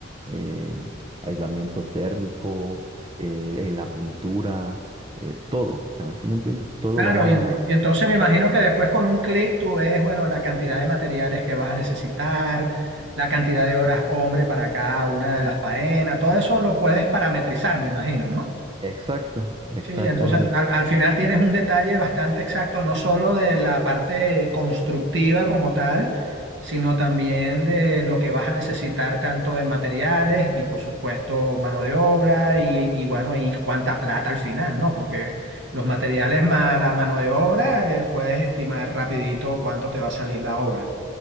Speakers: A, on the right (about 25°); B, on the right (about 70°).
A: eh, aislamiento térmico, eh, la pintura, eh, todo, o sea, si me entiendes? Todo
B: Claro,
A: va
B: y, en- y entonces me imagino que después con un clic tú ves, bueno, la cantidad de materiales que vas a necesitar, la cantidad de horas hombre para cada una de las faenas, todo eso lo puedes parametrizar, me imagino, ¿no?
A: Exacto, exactamente,
B: Sí, entonces al, al final tienes un detalle bastante exacto, no solo de la parte constructiva como tal, sino también de lo que vas a necesitar tanto en materiales y por supuesto mano de obra y, y bueno, y cuánta plata al final, ¿no? Porque los materiales más la mano de obra, eh, puedes estimar rapidito cuánto te va a salir la obra.